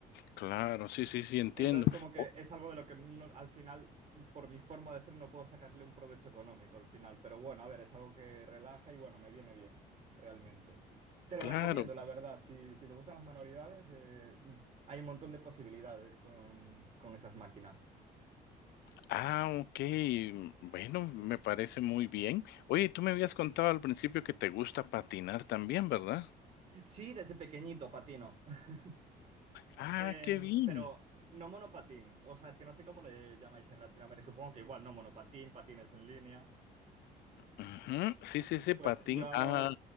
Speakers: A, on the left; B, on the right.
A: claro, sí, sí, sí, entiendo.
B: Entonces, como que
A: Oh,
B: es algo de lo que no- al final, por mi forma de ser, no puedo sacarle un provecho económico al final. Pero bueno, a ver, es algo que relaja y bueno, me viene bien, realmente. Te lo
A: claro.
B: recomiendo, la verdad. Si, si te gustan las manualidades, eh, hay un montón de posibilidades con, con esas máquinas.
A: Ah, okey. Mm, bueno, me parece muy bien. Oye, tú me habías contado al principio que te gusta patinar también, ¿verdad?
B: Sí, desde pequeñito patino. <laughs>
A: Ah,
B: Em,
A: qué bien.
B: pero no monopatín. O sea, es que no sé cómo le llamáis en Latinoamérica. Supongo que igual, no monopatín, patines en línea.
A: Ujú. Sí, sí, sí,
B: Pues
A: patín.
B: yo hago,
A: Ah.